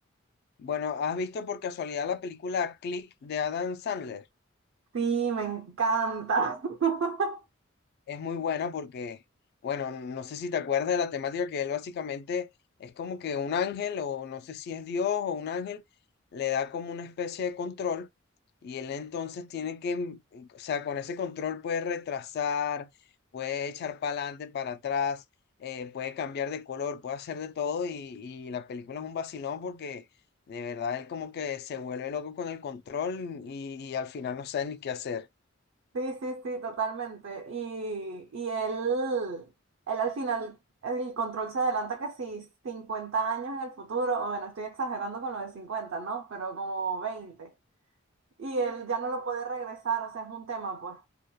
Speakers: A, on the left; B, on the right.
A: Bueno, ¿has visto por casualidad la película Click de Adam Sandler?
B: Sí, me encanta. <laughs>
A: Es muy buena porque, bueno, no sé si te acuerdas de la temática que él básicamente es como que un ángel, o no sé si es Dios o un ángel, le da como una especie de control y él entonces tiene que, mm, o sea, con ese control puede retrasar, puede echar para adelante, para atrás, eh, puede cambiar de color, puede hacer de todo y, y la película es un vacilón porque de verdad él como que se vuelve loco con el control y, y al final no sabe ni qué hacer.
B: Sí, sí, sí, totalmente. Y, y él, él al final, el control se adelanta que si 50 años en el futuro, o bueno, estoy exagerando con lo de 50, ¿no? Pero como veinte Y él ya no lo puede regresar, o sea, es un tema, pues,